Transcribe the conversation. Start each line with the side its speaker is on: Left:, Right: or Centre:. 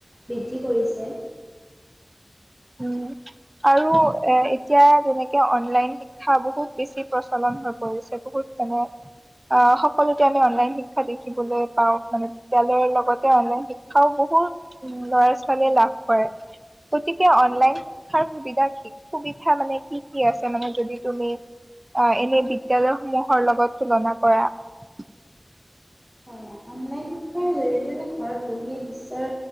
Centre: বৃদ্ধি কৰিছে৷
Right: উম আৰু এ এতিয়া যেনেকে অনলাইন শিক্ষা বহুত বেছি প্ৰচলন হৈ পৰিছে৷ বহুত মানে অ সকলোতে আমি অনলাইন শিক্ষা দেখিবলৈ পাওঁ৷ মানে বিদ্যালয়ৰ লগতে অনলাইন শিক্ষাও বহুত বহুত ল'ৰা ছোৱালীয়ে লাভ কৰে৷গতিক কে অনলাইন শিক্ষাৰ সুবিধা কি সুবিধা মানে কি কি আছে মানে যদি তুমি অ এনে বিদ্যালয়সমূহৰ লগত তুলনা কৰা৷
Centre: হয়, অনলাইন শিক্ষাৰ জৰিয়তেনে ঘৰত বহিয়ে বিশ্বৰ